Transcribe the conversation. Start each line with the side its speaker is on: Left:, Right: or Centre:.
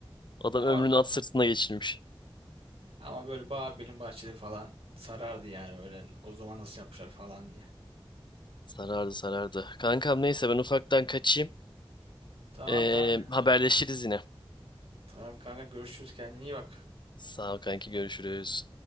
Left: Adam
Right: Ama
Left: ömrünü at sırtına geçirmiş.
Right: ama böyle Babil'in bahçeli falan sarardı yani öyle o zaman nasıl yapmışlar falan diye.
Left: Sarardı sarardı. Kankam neyse ben ufaktan kaçayım.
Right: Tamam
Left: Ee,
Right: kanka.
Left: haberleşiriz yine.
Right: Tamam kanka görüşürüz kendine iyi bak.
Left: Sağ ol kanki görüşürüz.